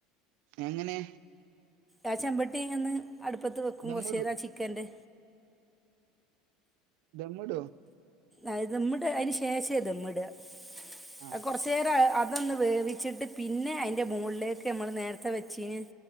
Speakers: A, on the right; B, in the centre.
A: എങ്ങനെ.
B: ആ ചെമ്പട്ടിങ്ങ്ന്ന് അടുപ്പത്ത് വെക്കും
A: ദമ്മിടോ
B: കൊറച്ചേരാ ചിക്കന്റെ.
A: ദമ്മ്ടോ.
B: അഹ് ദമ്മ്ടാ അയിന് ശേഷേ ദമ്മ്ടാ
A: ആഹ്
B: അഹ് കൊറ ചേരാ അതൊന്ന് വേവിച്ചിട്ട് പിന്നെ അയിന്റെ മോളിലേക്ക് ഞമ്മള് നേരത്തെ വെച്ചീന്.